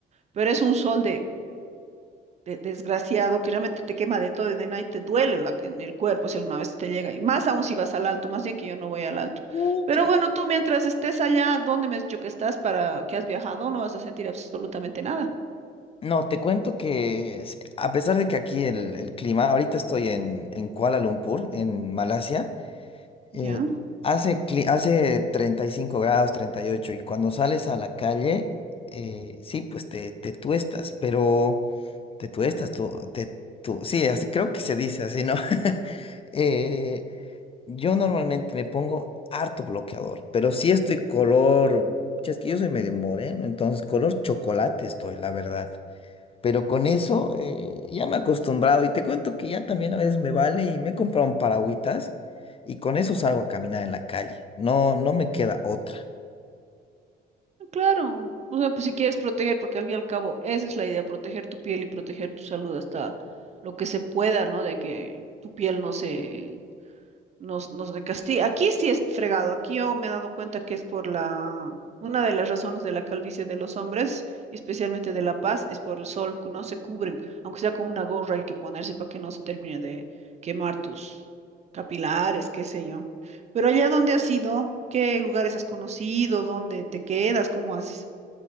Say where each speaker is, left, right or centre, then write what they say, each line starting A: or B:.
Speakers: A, on the right; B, on the left.
A: pero es un sol de de- desgraciado que realmente te quema de todo y de nada y te duele la- en el cuerpo si alguna vez te llega. Y más aún si vas al alto, más bien que yo no voy al alto.
B: mucha
A: Pero bueno, tú mientras estés allá, ¿dónde me has dicho que estás para que has viajado? No vas a sentir absolutamente nada.
B: No, te cuento que s- a pesar de que aquí el, el clima, ahorita estoy en, en Kuala Lumpur, en Malasia, eh,
A: Ya,
B: hace, cli- hace 35 grados, 38, y ocho, y cuando sales a la calle, eh, sí, pues te, te tuestas, pero te tuestas, tú, te, tú, sí, así creo que se dice así, ¿no? <laughs> Eh, yo normalmente me pongo harto bloqueador, pero sí estoy color, che, es que yo soy medio moreno, entonces color chocolate estoy, la verdad. Pero con eso eh, ya me he acostumbrado y te cuento que ya también a veces me vale y me he comprado un paragüitas y con eso salgo a caminar en la calle. No, no me queda otra.
A: claro. O sea, pues si quieres proteger, porque al fin y al cabo esa es la idea, proteger tu piel y proteger tu salud hasta lo que se pueda, ¿no? De que tu piel no se nos, nos castiga. Aquí sí es fregado. Aquí yo me he dado cuenta que es por la... Una de las razones de la calvicie de los hombres, y especialmente de la paz, es por el sol, que no se cubren, aunque sea con una gorra hay que ponerse para que no se termine de quemar tus capilares, qué sé yo. Pero allá donde has ido, ¿qué lugares has conocido? ¿Dónde te quedas? ¿Cómo haces?